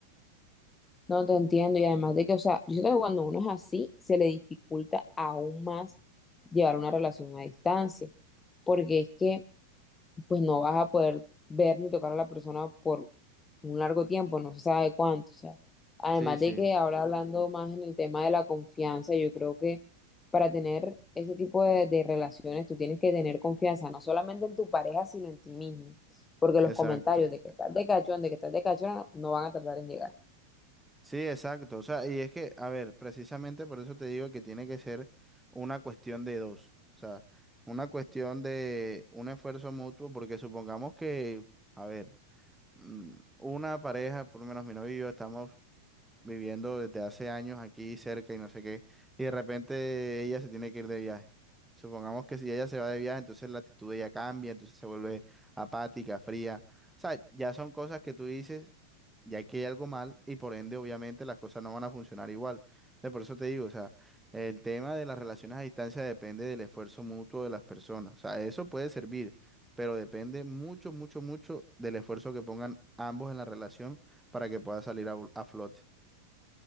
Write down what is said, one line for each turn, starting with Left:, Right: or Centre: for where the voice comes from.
Left: No te entiendo y además de que, o sea, yo siento que cuando uno es así, se le dificulta aún más llevar una relación a distancia, porque es que pues no vas a poder ver ni tocar a la persona por un largo tiempo, no se sabe cuánto. O sea, además
Centre: Sí, sí,
Left: de que ahora hablando más en el tema de la confianza, yo creo que para tener ese tipo de, de relaciones tú tienes que tener confianza, no solamente en tu pareja, sino en ti mismo. Porque los
Centre: exacto.
Left: comentarios de que estás de cachón, de que estás de cachona, no, no van a tardar en llegar.
Centre: Sí, exacto. O sea, y es que, a ver, precisamente por eso te digo que tiene que ser una cuestión de dos. O sea, una cuestión de un esfuerzo mutuo, porque supongamos que, a ver, mm, una pareja, por lo menos mi novio y yo, estamos viviendo desde hace años aquí cerca y no sé qué, y de repente ella se tiene que ir de viaje. Supongamos que si ella se va de viaje, entonces la actitud de ella cambia, entonces se vuelve apática, fría. O sea, ya son cosas que tú dices, ya que hay algo mal y por ende obviamente las cosas no van a funcionar igual. Entonces, por eso te digo, o sea, el tema de las relaciones a distancia depende del esfuerzo mutuo de las personas. O sea, eso puede servir, pero depende mucho, mucho, mucho del esfuerzo que pongan ambos en la relación para que pueda salir a a flote.